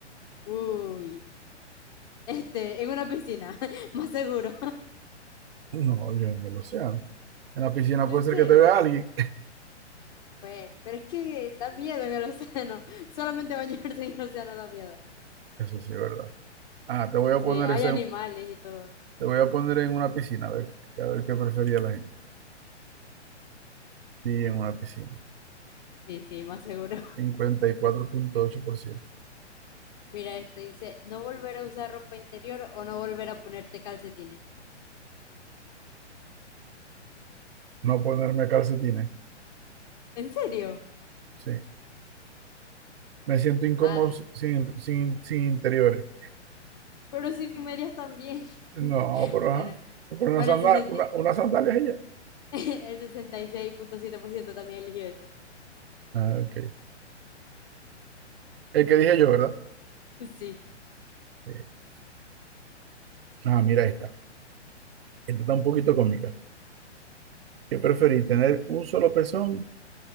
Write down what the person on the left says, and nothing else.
Uy, este, en una piscina, <laughs> más seguro.
<laughs> ¿En
serio?
Pues, pero es que da miedo en el océano. <laughs> Solamente bañarse en el océano da miedo.
Sí,
hay
animales y todo.
Sí, sí, más seguro.
Mira esto, dice, no volver a usar ropa interior o no volver a ponerte calcetines.
¿En serio?
Ah,
pero sin medias también. <laughs>
Bueno,
bueno,
el 60
<laughs> el sesenta y seis punto siete por ciento también eligió eso.
Sí.